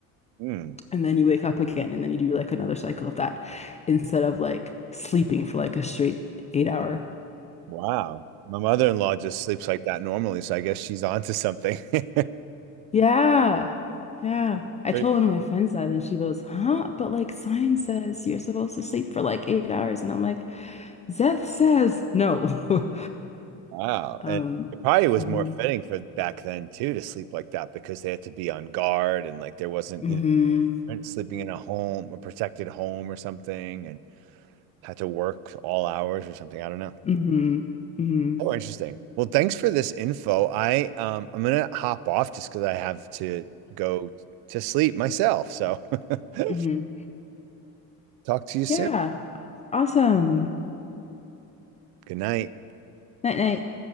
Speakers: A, on the right; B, on the left.
A: Hmm.
B: And then you wake up again and then you do like another cycle of that instead of like sleeping for like a straight eight hour
A: Wow. My mother-in-law just sleeps like that normally, so I guess she's onto something. <laughs>
B: Yeah. Yeah. I
A: Pretty-
B: told one of my friends that and she goes, "Huh? But like science says you're supposed to sleep for like eight hours." And I'm like, "Zeth says no." <laughs>
A: Wow.
B: Um,
A: And it probably was
B: hmm
A: more fitting for back then too to sleep like that because they had to be on guard and like there wasn't,
B: hmm
A: you know, they weren't sleeping in a home, a protected home or something and had to work all hours or something. I don't know.
B: hmm hmm
A: Oh, interesting. Well, thanks for this info. I um I'm gonna hop off just because I have to go to sleep myself. So <laughs>
B: hmm
A: talk to you soon.
B: Yeah. Awesome.
A: Good night.
B: Night night.